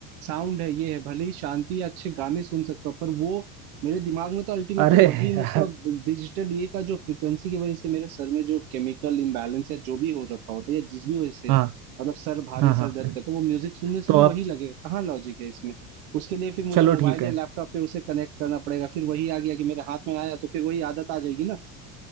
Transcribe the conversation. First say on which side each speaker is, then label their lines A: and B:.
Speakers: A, on the right; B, on the right.
A: साउंड है ये है भले ही शांति या अच्छे गाने सुन सकते हो पर वो मेरे दिमाग में तो अल्टीमेटली
B: अरे
A: वही
B: यार
A: मतलब डिजिटल ये का जो फ्रिक्वेंसी की वजह से मेरे सर में जो केमिकल इम्बैलेंस है जो भी हो रखा होता है या जिस भी वजह से
B: हाँ
A: मतलब सर भारी
B: हाँ
A: सर
B: हाँ
A: दर्द करता है तो वो म्यूजिक सुनने से
B: तो
A: भी
B: अब
A: वही लगेगा कहाँ लॉजिक है इसमें उसके लिए फिर मुझे
B: चलो
A: मोबाइल
B: ठीक है
A: या लैपटॉप पे उसे कनेक्ट करना पड़ेगा फिर वही आ गया कि मेरे हाथ में आया तो फिर वही आदत आ जाएगी ना